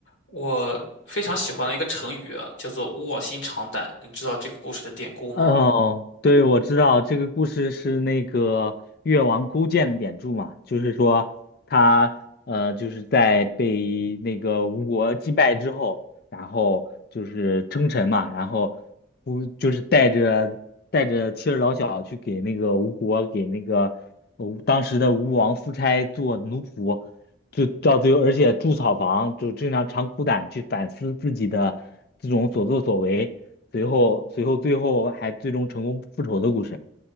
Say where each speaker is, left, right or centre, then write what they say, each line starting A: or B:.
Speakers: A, on the left; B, on the left.
A: 我非常喜欢的一个成语啊，叫做“卧薪尝胆”。你知道这个故事的典故吗？
B: 哦，对，我知道这个故事是那个越王勾践的典注嘛，就是说他呃就是在被那个吴国击败之后，然后就是称臣嘛，然后不就是带着带着妻儿老小去给那个吴国给那个吴当时的吴王夫差做奴仆，就到最后而且筑草房，就经常长苦胆去反思自己的这种所作所为。随后随后最后还最终成功复仇的故事。